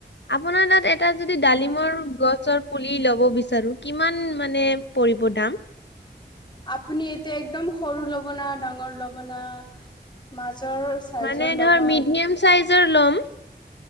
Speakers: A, on the left; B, on the left.
A: আপোনাৰ তাত এটা যদি ডালিমৰ গছৰ পুলি লব বিচাৰো কিমান মানে পৰিব দাম?
B: আপুনি এতিয়া একদম সৰু লব না ডাঙৰ লব না মাজ মাজৰ চাইজৰ
A: মানে
B: লব
A: ধৰ
B: হয়
A: মিডিয়াম চাইজৰ ল'ম।